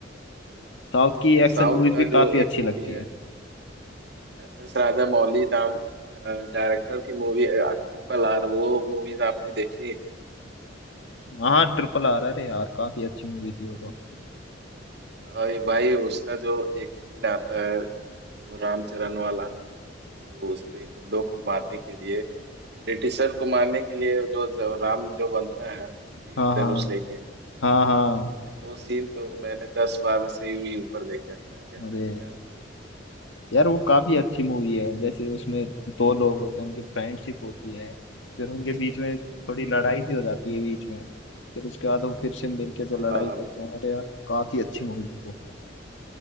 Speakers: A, on the left; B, on the right.
A: साउथ की
B: भाई
A: एक्शन
B: साउथ
A: मूवीज
B: का
A: भी
B: जो
A: काफी अच्छी
B: एक मूवी
A: लगती
B: है
A: है
B: एस एस राजा मौली नाम डायरेक्टर की मूवी ट्रिपल आर वो मूवीज आपने देखी
A: हाँ ट्रिपल आर अरे यार काफी अच्छी मूवी थी वो तो
B: अ, ये भाई उसका जो एक सीन आता है जो रामचरण वाला जो उस पे गुंडों को मारने के लिए ब्रिटिशर को मारने के लिए जो, जो राम जो बनता है तीर
A: हाँ हाँ
B: धनुष लेके
A: हाँ हाँ
B: भाई वो सीन तो मैंने दस बार से भी ऊपर देखा है यार
A: अरे
B: क्या सीन
A: यार वो काफी अच्छी मूवी है जैसे उसमें दो लोग होते हैं उनकी फ्रेंडशिप होती है फिर उनके बीच में थोड़ी लड़ाई भी हो जाती है बीच में फिर उसके बाद वो फिर से मिलके जो
B: है
A: लड़ाई
B: हाँ
A: करते हैं अरे यार काफी अच्छी मूवी थी वो